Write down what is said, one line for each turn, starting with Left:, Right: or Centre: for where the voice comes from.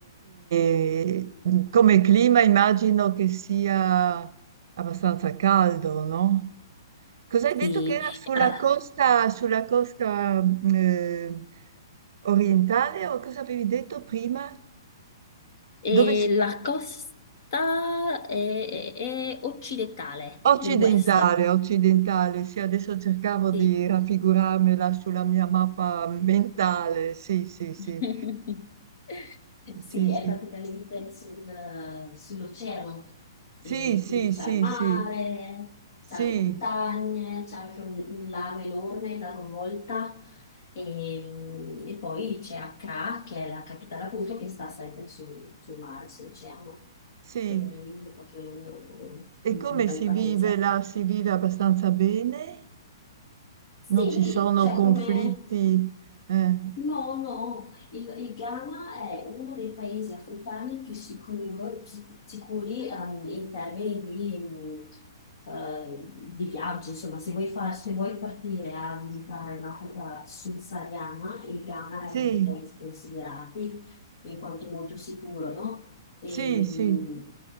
Right: e, mh, come clima immagino che sia abbastanza caldo, no? Cos'hai detto
Left: Sì,
Right: che era sulla
Left: ah,
Right: costa, sulla costa mh, eh, orientale o cosa avevi detto prima?
Left: E
Right: Dove si
Left: la costa è, è- è occidentale
Right: Occidentale,
Left: del West.
Right: occidentale, sì, adesso cercavo di
Left: Sì.
Right: raffigurarmela sulla mia mappa mentale, sì, sì, sì,
Left: <laughs> Sì,
Right: sì, sì,
Left: è praticamente sul- sull'oceano
Right: sì,
Left: e
Right: sì,
Left: quindi c'è
Right: sì,
Left: il mare,
Right: sì, sì,
Left: c'è le montagne, c'è anche un, un lago enorme, il lago Volta e, e poi c'è Accra che è la capitale appunto che sta sempre sul, sul mare, sull'oceano,
Right: sì.
Left: quindi è proprio un,
Right: E
Left: un-
Right: come
Left: un bel
Right: si
Left: paese,
Right: vive
Left: ecco.
Right: là? Si vive abbastanza bene?
Left: Sì,
Right: Non ci sono
Left: cioè
Right: conflitti?
Left: come...
Right: Eh,
Left: No, no, il, il Ghana è uno dei paesi africani più sicuro- sic- sicuri ehm, in termini di, mm, eh, di viaggi. Insomma, se vuoi, far- se vuoi partire a visitare l'Africa subsahariana, il Ghana
Right: sì,
Left: è uno dei paesi considerati in quanto molto sicuro, no? E,
Right: sì, sì,
Left: mh,